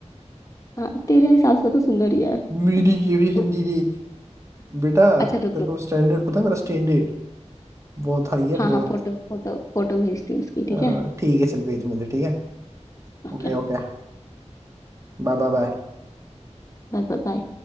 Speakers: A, on the left; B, on the right.
A: हाँ तेरे हिसाब से तो सुंदर ही है
B: मेरी ये
A: फोटो-
B: भी हिंदी थी बेटा
A: अच्छा रुक
B: तेरे
A: रुक
B: को स्टैंडर्ड पता है मेरा स्टैंडर्ड बहुत हाई है
A: हाँ हाँ
B: बहुत
A: फोटो फोटो फोटो भेजती हूँ उसकी ठीक
B: अ,
A: है
B: ठीक है चल भेज मुझे ठीक है
A: ओके
B: Okay okay bye bye bye
A: Bye bye